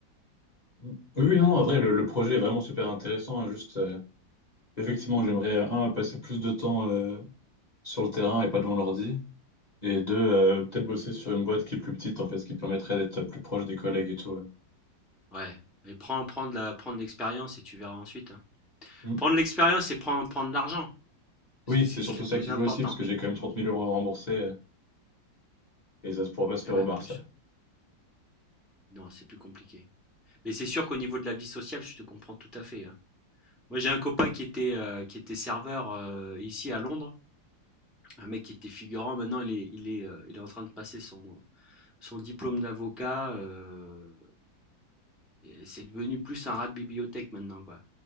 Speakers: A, on the left; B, in the centre.
A: Oui, oui,
B: Heu,
A: non, non, en vrai, le, le projet est vraiment super intéressant. hein, juste, euh, effectivement, j'aimerais, euh, un, passer plus de temps euh, sur le terrain et pas devant l'ordi. Et deux, euh, peut-être bosser sur une boîte qui est plus petite, en fait, ce qui permettrait d'être plus proche des collègues et tout. ouais.
B: ouais, mais prends prends de la prends de l'expérience et tu verras ensuite, hein.
A: Mm.
B: Prends l'expérience et prendre prendre de l'argent,
A: Oui,
B: parce que c'est
A: c'est surtout
B: ce qu'il y a
A: ça
B: de plus
A: qu'il
B: important.
A: faut aussi, parce que j'ai quand même trente mille euros à rembourser euh, et ça ne pourra pas se faire
B: Et ouais,
A: au bar,
B: en plus.
A: ça.
B: Non, c'est plus compliqué. Mais c'est sûr qu'au niveau de la vie sociale, je te comprends tout à fait, hein. Moi, j'ai un copain qui était, heu, qui était serveur, heu, ici à Londres. Un mec qui était figurant, maintenant il est il est, heu, il est en train de passer son son diplôme d'avocat, euh, c'est devenu plus un rat de bibliothèque maintenant, quoi.